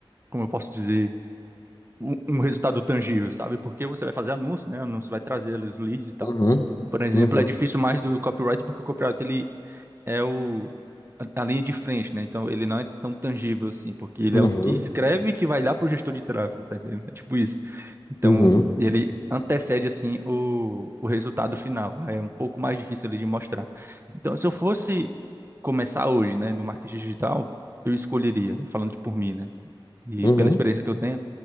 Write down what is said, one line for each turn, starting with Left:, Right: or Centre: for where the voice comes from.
Right: como eu posso dizer, um, um resultado tangível, sabe? Porque você vai fazer anúncio, né? Anúncio vai trazer os leads e tal.
Left: Uhum,
Right: Por exemplo,
Left: uhum,
Right: é difícil mais do copyright porque o copyright ele é o a a linha de frente, né? Então ele não é tão tangível assim, porque ele
Left: uhum,
Right: é o que escreve que vai dar pro gestor de tráfego, tá entendendo? É tipo isso. Então
Left: uhum,
Right: ele antecede assim o, o resultado final. É um pouco mais difícil ali de mostrar. Então se eu fosse começar hoje, né, no marketing digital, eu escolheria, falando por mim, né? E
Left: uhum,
Right: pela experiência que eu tenho